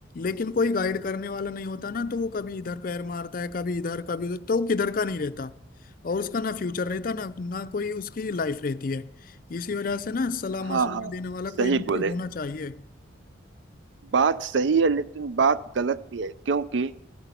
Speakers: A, on the left; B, on the right.
A: लेकिन कोई गाइड करने वाला नहीं होता ना तो वो कभी इधर पैर मारता है कभी इधर कभी उधर तो वो किधर का नहीं रहता और उसका ना फ्यूचर रहता ना ना कोई उसकी लाइफ रहती है इसी वजह से ना सलाह
B: हाँ
A: मशवरा
B: हाँ
A: देने वाला
B: सही
A: कोई ना कोई
B: बोले
A: होना चाहिए
B: बात सही है लेकिन बात गलत भी है क्योंकि